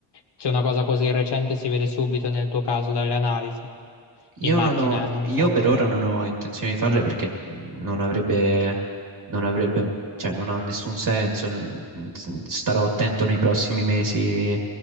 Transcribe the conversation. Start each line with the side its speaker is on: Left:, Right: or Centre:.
Left: se una cosa così recente si vede subito nel tuo caso dalle analisi. Immagina,
Right: Io non ho,
Left: eh, non lo
Right: io
Left: so.
Right: per ora non ho intenzione di farle perché non avrebbe, non avrebbe, cioè non ha nessun senso. ne- Starò attento nei prossimi mesi,